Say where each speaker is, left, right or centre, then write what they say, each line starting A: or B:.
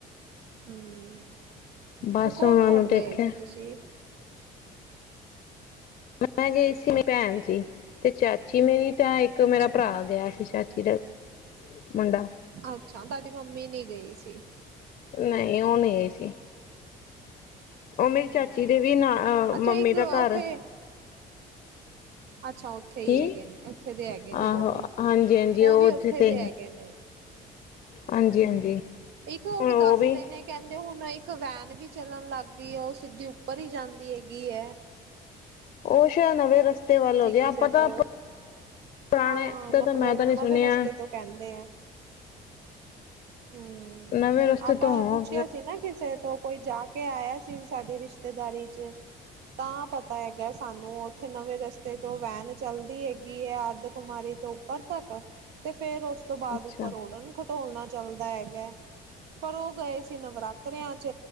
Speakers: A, on the right; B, on the left.
A: ਹਮ
B: ਬਸ
A: ਤੇ ਕੌਣ
B: ਉਹਨਾਂ
A: ਕੌਣ
B: ਨੂੰ ਦੇਖਿਆ।
A: ਗਏ ਸੀ ਤੁਸੀਂ?
B: ਮੈਂ ਜੇ ਇਸ ਲਈ ਭੈਣ ਜੀ। ਤੇ ਚਾਚੀ ਮੇਰੀ, ਤਾਂ ਇੱਕ
A: ਅੱਛਾ।
B: ਮੇਰਾ ਭਰਾ ਗਿਆ ਸੀ, ਚਾਚੀ ਦਾ ਮੁੰਡਾ।
A: ਅੱਛਾ, ਤੁਹਾਡੀ ਮੰਮੀ ਨੀ ਗਈ ਸੀ।
B: ਨਹੀਂ, ਉਹ ਨਹੀਂ ਆਈ ਸੀ। ਉਹ ਮੇਰੀ
A: ਹਾਂ
B: ਚਾਚੀ ਦੇ ਵੀ ਨਾ, ਮੰਮੀ
A: ਅੱਛਾ ਇੱਕ
B: ਦਾ
A: ਉੱਥੇ
B: ਘਰ
A: ਅੱਛਾ ਉੱਥੇ
B: ਕੀ
A: ਹੀ ਹੈਗੇ ਨੇ, ਉੱਥੇ ਦੇ ਹੈਗੇ ਨੇ
B: ਆਹੋ
A: ਉਹ ਵੀ,
B: ਹਾਂਜੀ ਹਾਂਜੀ
A: ਉਹ ਵੀ ਉੱਥੇ
B: ਤੇ
A: ਦੇ ਹੈਗੇ ਨੇ।
B: ਹਾਂਜੀ
A: ਹੂੰ,
B: ਹਾਂਜੀ
A: ਇੱਕ ਉਹ
B: ਹੁਣ
A: ਦੱਸਦੇ
B: ਵੀ
A: ਨੇ, ਕਹਿੰਦੇ ਹੁਣ ਇੱਕ ਵੈਨ ਵੀ ਚੱਲਣ ਲੱਗ ਵੀ ਉਹ ਸਿੱਧੀ ਉੱਪਰ ਹੀ ਜਾਂਦੀ ਹੈਗੀ ਐ।
B: ਉਹ ਸ਼ਾਇਦ ਨਵੇਂ ਰਸਤੇ ਵੱਲ ਹੋਗੇ,
A: ਕਿਸੇ
B: ਆਪਾਂ ਤਾਂ
A: ਤੋਂ
B: ਪੁਰਾਣੇ
A: ਹਾਂ,
B: ਤਾਂ
A: ਨਵੇਂ-ਨਵੇਂ
B: ਮੈਂ ਤਾਂ ਨਹੀਂ ਸੁਣਿਆ
A: ਰਸਤੇ ਤੋਂ ਕਹਿੰਦੇ ਐ। ਹੂੰ,
B: ਨਵੇਂ ਰਸਤੇ
A: ਆਪਾਂ
B: ਤੋਂ ਹੋ
A: ਪੁੱਛਿਆ ਸੀ। ਨਾ ਕਿਸੇ ਤੋਂ, ਕੋਈ ਜਾ ਕੇ ਆਇਆ ਸੀ, ਸਾਡੀ ਰਿਸ਼ਤੇਦਾਰੀ ਚ। ਤਾਂ ਪਤਾ ਹੈਗਾ, ਸਾਨੂੰ ਉੱਥੇ ਨਵੇਂ ਰਸ ਤੇ ਜੋ ਵੈਨ ਚਲਦੀ ਹੈਗੀ ਐ, ਅਰਧ ਕੁੁਮਾਰੀ ਤੋਂ ਉੱਪਰ ਤੱਕ, ਤੇ ਫੇਰ ਉਸ ਤੋਂ ਬਾਅਦ,
B: ਅੱਛਾ
A: ਉੱਪਰ ਉਡਨ ਖਟੋਲਣਾ ਚੱਲਦਾ ਹੈਗਾ। ਪਰ ਉਹ ਗਏ ਸੀ ਨਵਰਾਤਿਆਂ ਚ।